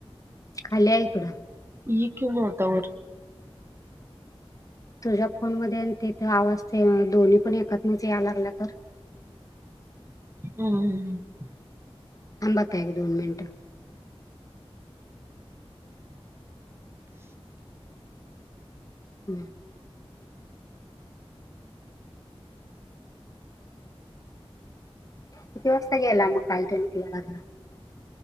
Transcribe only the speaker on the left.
खाली आहे इकडं
तुझ्या फोन मध्ये तिथ आवाज ते दोन्ही पण एकतनच याय लागला तर??
थांब आता एक दोन मिनट हम्म किती वाजता गेला म काल त्यो निकल्या दादा <unintelligible>